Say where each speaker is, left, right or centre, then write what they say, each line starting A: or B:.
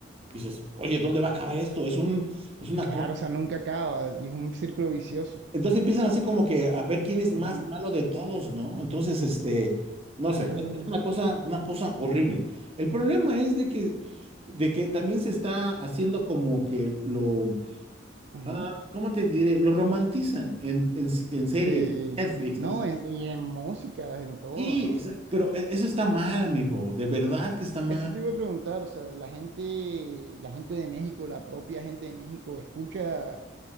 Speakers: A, on the right; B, on the right.
A: Y dices, oye, ¿dónde va a acabar esto? Es un, es una
B: claro,
A: cosa
B: o sea, nunca acaba y es un círculo vicioso.
A: entonces empiezan así como que a ver quién es
B: Ujú.
A: más malo de todos, ¿no? Entonces, este, no
B: Ah,
A: sé, es una cosa, una cosa horrible. El problema es de que, de que también se está haciendo como que lo,
B: ujú.
A: ah, ¿cómo te diré? Lo romantizan en, en, en series,
B: Sí.
A: Netflix,
B: No,
A: ¿no?
B: en- y en música, en todo,
A: Sí,
B: ¿no?
A: es- pero e- eso está mal, amigo, de verdad que está mal.
B: Eso te iba a preguntar, o sea, la gente, la gente de México, la propia gente de México, escucha